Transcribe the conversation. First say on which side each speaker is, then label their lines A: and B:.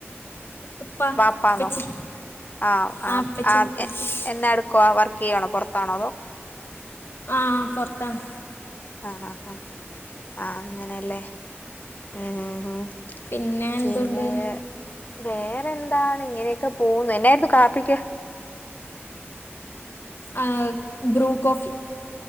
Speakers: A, on the left; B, on the left.
A: ഉപ്പ
B: വാപ്പാന്നോ
A: ഉപ്പച്ചി
B: ആഹ്
A: ആ
B: ആഹ്
A: ഉപ്പച്ചി
B: അഹ്
A: എന്നൊക്കെ വിളിക്കും
B: എന്ന എടുക്കുവ വർക്ക്. കെയണോ പുറത്താണോ അതോ.
A: ആ പൊറത്താണ്
B: ആഹ് ആഹ് ആഹ് ആഹ് അങ്ങനെയല്ലേ ഹേ ഹേ ഉ.
A: പിന്നെ എന്തുണ്ട്
B: പിന്നെ വേറെന്താണ് ഇങ്ങനെയൊക്കെ പോകുന്നു എന്നായിരുന്നു കാപ്പിക്ക്.
A: അഹ് ബ്രൂ കോഫി.